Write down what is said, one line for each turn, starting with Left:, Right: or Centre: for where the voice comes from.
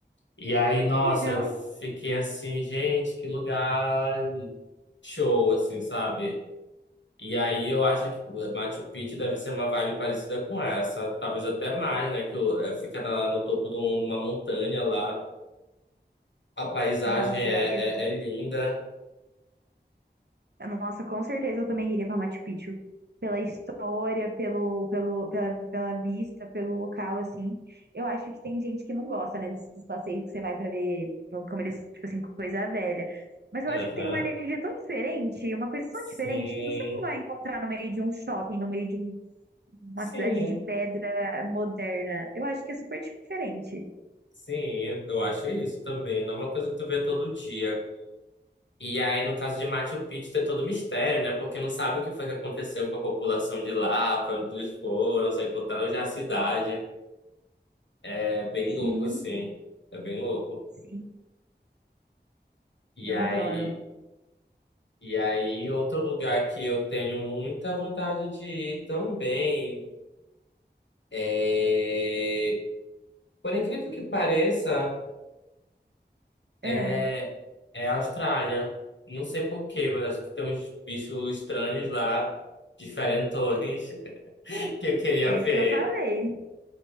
Left: E aí, nossa,
Right: que legal.
Left: eu fiquei assim, gente, que lugar show, assim, sabe? E aí eu acho que o Machu Picchu deve ser uma vibe parecida com essa, talvez até mais, né? Que o- é, fica na- no topo de um- uma montanha lá, a paisagem
Right: Nossa,
Left: é,
Right: eu, eu-
Left: é, é linda.
Right: nossa, com certeza eu também iria para Machu Picchu. Pela história, pelo, pelo, pela, pela vista, pelo local, assim. Eu acho que tem gente que não gosta, né, desses passeios que você vai para ver, como eles, tipo assim, coisa velha. Mas eu
Left: Aham.
Right: acho que tem uma energia tão diferente, uma coisa tão
Left: Sim,
Right: diferente, que você não vai encontrar no meio de um shopping, no meio de um Uma
Left: sim,
Right: cidade de pedra moderna. Eu acho que é super diferente.
Left: sim, eu acho isso também. Não é uma coisa que tu vê todo dia. E aí, no caso de Machu Picchu, tem todo o mistério, né? Porque não sabe o que foi que aconteceu com a população de lá, pra onde eles foram, só encontraram já a cidade. É bem louco,
Right: Sim,
Left: assim. É bem louco.
Right: sim,
Left: E
Right: eu
Left: aí.
Right: adoro.
Left: E aí, outro lugar que eu tenho muita vontade de ir também é, por incrível que pareça, é,
Right: É,
Left: é a Austrália. Não sei por quê, mas acho que tem uns bichos estranhos lá, diferentões, <laughs> que eu queria
Right: é isso
Left: ver.
Right: que eu falei.